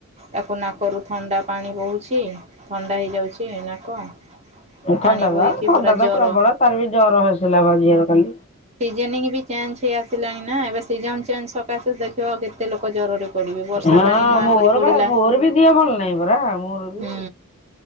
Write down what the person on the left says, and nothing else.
ଥଣ୍ଡା
ବା ଥଣ୍ଡା
ତ ପ୍ରବଳ, କାଲିବି ଜର ହେଇଥିଲା ଝିଅର କାଲି।
ହଁ
ମୋର
ବା ମୋର ବି ଦିହ ଭଲ ନାହିଁ ପରା ମୋର ବି